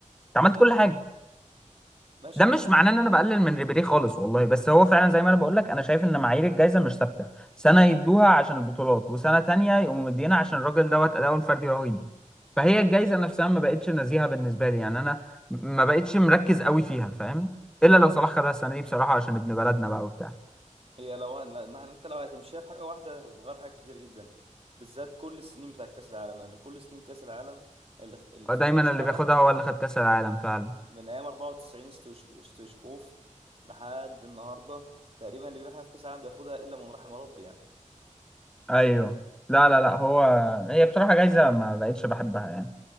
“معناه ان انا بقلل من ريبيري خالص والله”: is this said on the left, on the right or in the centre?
Centre